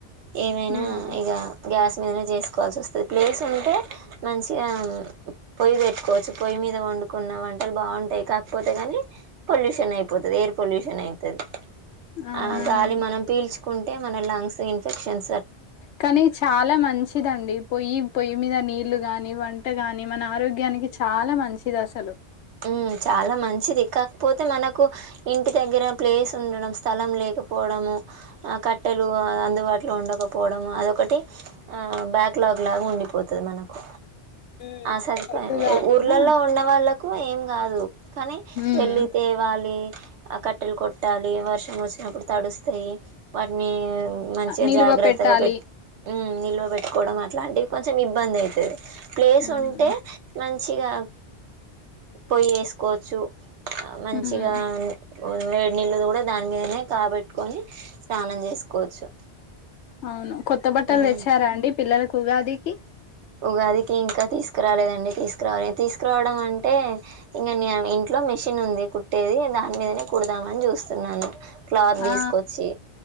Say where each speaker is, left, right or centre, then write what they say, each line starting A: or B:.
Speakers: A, on the right (about 85°); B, on the left (about 85°).
A: ఏమైనా
B: మ్మ్
A: ఇగ గ్యాస్ మీదనే చేసుకోవాల్సి వస్తది ప్లేస్ ఉంటే మంచిగా పొయ్యి పెట్టుకోవచ్చు, పొయ్యి మీద వండుకున్న వంటలు బాగుంటాయి కాకపోతే కానీ, పొల్యూషన్ అయిపోతది ఎయిర్ పొల్యూషన్ అయితది
B: అవునండి
A: ఆ గాలి మనం పీల్చు కుంటే మన లంగ్స్ ఇన్ఫెక్షన్
B: కానీ చాలా మంచిదండి పొయ్యి పొయ్యి మీద నీళ్లు గాని వంట గాని మన ఆరోగ్యానికి చాలా మంచిది అసలు
A: మ్మ్ చాలా మంచిది కాకపోతే మనకు ఇంటి దగ్గర ప్లేస్ ఉండడం స్థలం లేకపోవడము ఆ కట్టెలు అందుబాటులో ఉండకపోవడము అదొకటి ఆ బ్యాక్లాగ్ లాగా ఉండిపోతది మనకు
B: ఉమ్
A: ఆ సదుపాయం
B: ఎక్కువ కాకుండా
A: ఊర్లలో ఉన్న వాళ్ళకు కు ఏం కాదు కానీ
B: ఉమ్
A: వెళ్ళి తేవాలి ఆ కట్టెలు కొట్టాలి వర్షం వచ్చినప్పుడు తడుస్తాయి వాటిని మంచిగా
B: నిలువ
A: జాగ్రత్తగా
B: పెట్టాలి
A: పెట్ హు నిల్వ పెట్టుకోవడం అట్లాంటివి కొంచెం ఇబ్బంది అయితది ప్లేస్
B: ఉమ్
A: ఉంటే మంచి మంచిగా పొయ్యి వేసుకోవచ్చు మంచిగా
B: ఉమ్
A: వేడు నిళ్ళు కూడా దాని మీదనే కాగబెట్టుకొని స్నానం చేసుకోవచ్చు
B: అవును కొత్త బట్టలు
A: ఉమ్
B: తెచ్చారా అండి పిల్లలకు ఉగాదికి
A: ఉగాదికి ఇంకా తీసుకురాలేదండి తీసుకురావాలి తీసుకురావడం అంటే ఇంక న ఇంట్లో మెషిన్ ఉంది కుట్టేది దాని మీదనే కుడదామని చూస్తున్నాను క్లాత్ తీసుకొచ్చి
B: ఆ